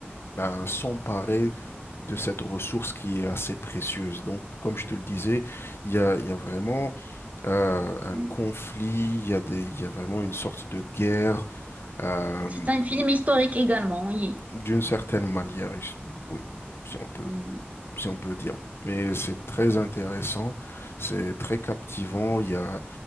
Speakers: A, on the left; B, on the right.
A: ben, s'emparer de cette ressource qui est assez précieuse. Donc, comme je te le disais, il y a, il y a vraiment euh, un
B: Mm.
A: conflit, il y a des, il y a vraiment une sorte de guerre euh,
B: C'est un film historique également, oui.
A: d'une certaine manière. Et je- Oui, si on peut,
B: Hmm.
A: si on peut dire. Mais c'est très intéressant, c'est très captivant. Il y a